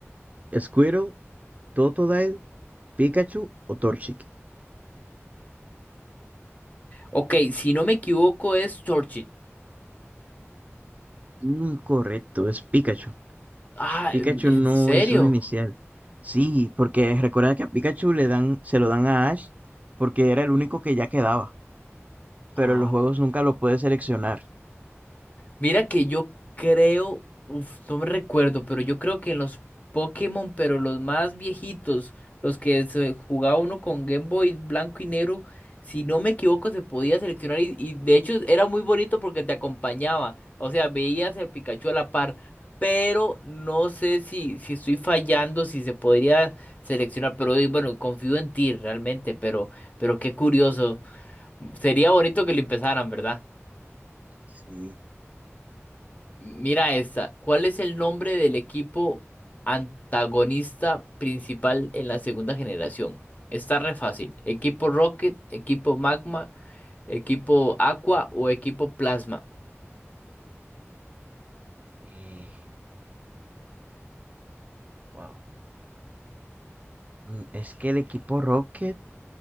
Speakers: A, on the right; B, on the left.
A: Squirtle, Totodile, Pikachu o Torchic.
B: Ok, si no me equivoco es Torchic.
A: Incorrecto, es Pikachu.
B: Ah,
A: Pikachu
B: ¿en en
A: no
B: serio?
A: es un inicial. Sí, porque recuerda que a Pikachu le dan, se lo dan a Ash porque era el único que ya quedaba, pero
B: Ah.
A: en los juegos nunca lo puede seleccionar.
B: Mira que yo creo, uf, no me recuerdo, pero yo creo que en los Pokémon, pero los más viejitos, los que se jugaba uno con Game Boy blanco y negro, si no me equivoco, se podía seleccionar y, y de hecho era muy bonito porque te acompañaba, o sea, veías el Pikachu a la par, pero no sé si, si estoy fallando, si se podría seleccionar, pero eh, bueno, confío en ti realmente, pero, pero qué curioso, sería bonito que lo empezaran, ¿verdad?
A: Sí.
B: Mira esta. ¿Cuál es el nombre del equipo antagonista principal en la segunda generación? Está re fácil. ¿Equipo Rocket, equipo Magma, equipo Aqua o equipo Plasma?
A: eh, wow. Mm, Es que el equipo Rocket